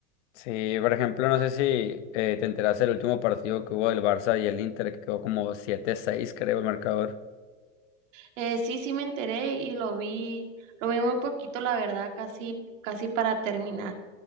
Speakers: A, on the left (about 65°); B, on the right (about 80°).
A: Sí, por ejemplo, no sé si eh, te enteraste del último partido que hubo del Barça y el Inter, que quedó como siete seis, creo, el marcador.
B: Eh, sí, sí me enteré y lo vi, lo vi muy poquito, la verdad, casi, casi para terminar.